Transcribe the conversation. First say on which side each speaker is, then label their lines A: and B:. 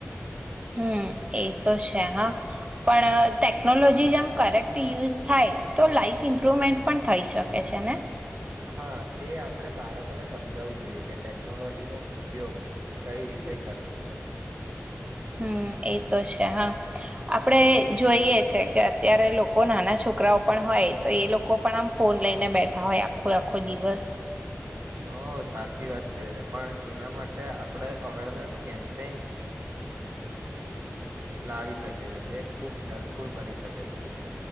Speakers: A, on the right (about 25°); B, on the right (about 60°).
A: હમ એ તો છે હા પણ ટેકનોલોજી જે આમ કરેક્ટ યુઝ થાય તો લાાઈફ ઇમ્પ્રુવમેન્ટ પણ થઈ શકે છે ને.
B: હા તે આપણેે બાળકોને સમજાવવું જોઈએ કે ટેકનોલોજી નો ઉપયોગ કઈ રીતે કરવો.
A: હમ એ તો છે હા આપડે જોઈએ છે કે અત્યારે લોકો નાના છોકરાઓ પણ હોય તો એ લોકો પણ આમ ફોન લઈને બેઠા હોય આખું આખું ખો દિવસ.
B: હ સાચી વાત છે પણ એના માટે આપણેે અવેરનેસ કેમ્પેન લાવી શકીએ છેએ જે ખુબ હેલ્પફુલ બની શકે છે.